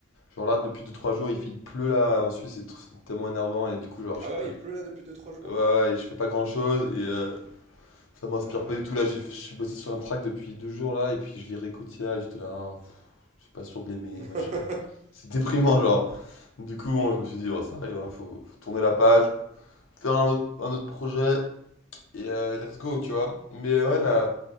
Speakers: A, on the left (about 70°); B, on the right (about 35°).
A: Genre là, depuis deux trois jours, il, fait- il pleut là, en Suisse, c'est tr- c'est tellement énervant, et du coup, genre,
B: Ah
A: je
B: ouais,
A: fais pas, gr-
B: il pleut là depuis deux trois jours?
A: ouais, ouais, et je fais pas grand-chose, et, euh, Ça m'inspire
B: Ah
A: pas
B: ouais.
A: du tout là, j'ai je suis bossé sur un track depuis deux jours là et puis je lirai Kotia et j'étais là, Ah, pff, je suis pas sûr de l'aimer,
B: <laughs>
A: machin. C'est déprimant genre. Du coup bon, je me suis dit oh, ça arrive, hein, faut, faut tourner la page, faire un autre, un autre projet et euh, let's go tu vois. Mais euh, ouais la